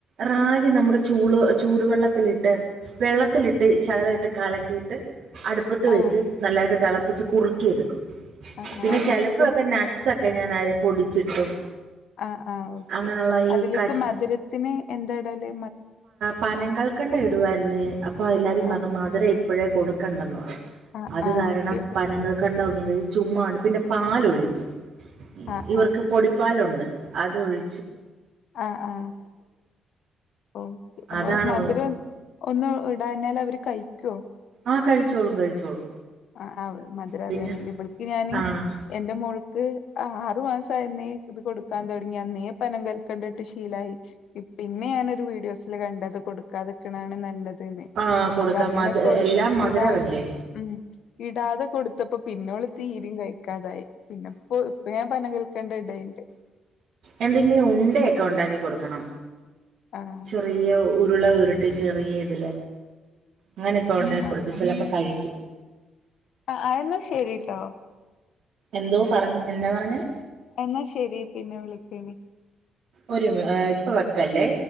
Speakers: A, on the right; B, on the left.
A: റാഗി നമ്മുടെ ചൂട് ചൂടുവെള്ളത്തിലിട്ട് വെള്ളത്തിലിട്ട് ശകലം ഇട്ട് കലക്കിയിട്ട് അടു- അടുപ്പത്ത് വെച്ച്
B: ആഹ്
A: നല്ലായിട്ട് തളപ്പിച്ച് കുറുക്കി എടുക്കും
B: ആഹ്
A: പിന്നെ
B: ആഹ് അതിലേക്ക്
A: ചിലപ്പോക്കെ <unintelligible> പൊടിച്ചിട്ടും
B: ആ ആ ഓക്കെ
A: അങ്ങനെയുള്ള ഈ
B: അതിലേക്ക്
A: കശി
B: മധുരത്തിന് എന്താടല്
A: പനം കൾക്കണ്ടം ഇടുവായിരുന്നു അപ്പൊ എല്ലാരും
B: ആഹ്
A: മധുര ഇപ്പോഴേ കൊടുക്കണ്ടെന്ന പറഞ്ഞ്
B: ആഹ്
A: അത്
B: ആഹ്
A: കാരണം
B: ഓക്കെ
A: പനങ്ങൾ ഈ ചുമ്മാണ്ട് പിന്നെ പാലൊഴിക്കും
B: ആഹ്
A: ഇവർക്ക് പൊടിപ്പാലുണ്ട് അത് ഒഴി
B: ആ ആ ഓ അപ്പൊ
A: അതാണ്
B: മധുരം ഒന്ന് ഇടന്നാൽ അവര് കഴിക്കോ
A: ആ കഴിച്ചോളും കഴിച്ചോളും
B: ആ ആ മധുരം
A: പിന്നെ
B: അറിയാനെല്ല ഇവിളക്ക് ഞാന്
A: ആഹ്
B: എന്റെ മോൾക്ക് ആ ആറു മാസ അയന്നെ ഇത് കൊടുക്കാൻ തുടങ്ങി അന്നേ പനം കൽക്കേണ്ടിട്ട് ശീലായി പിന്നെ ഞാനൊരു വീഡിയോസിൽ കണ്ടത് കൊടുക്കാതിക്കണാണ് നല്ലത്
A: ആഹ് കൊടുക്കാം
B: അങ്ങനെ
A: മധു
B: കൊടുക്ക
A: എല്ലാം മധുരമല്ലേ
B: ഇടാ ഉം ഇടാതെ കൊടുത്തപ്പോ പിന്നോള് തീരും കഴിക്കാതായി പിന്നെ ഇപ്പോ ഇപ്പൊ ഞാൻ പനം കൽക്കേണ്ട ഇടേണ്ട്
A: എന്തെങ്കിലും ഉണ്ടൊക്കെ ഉണ്ടാക്കി കൊടുക്കണം
B: ആഹ്
A: ചെറിയ ഉരുള ഉരുട്ടി ചെറിയതിൽ അങ്ങനെയൊക്കെ ഉണ്ടാക്കി കൊടുത്ത്
B: ആഹ്
A: ചിലപ്പോൾ കഴിക്കും
B: ആ എന്ന ശരിട്ടോ
A: എന്തോ പറഞ്ഞ എന്നാ പറഞ്ഞേ
B: എന്നാ ശരി പിന്നെ വിളക്കാനി
A: ഒരുമ ഇപ്പോ വെക്കല്ലേ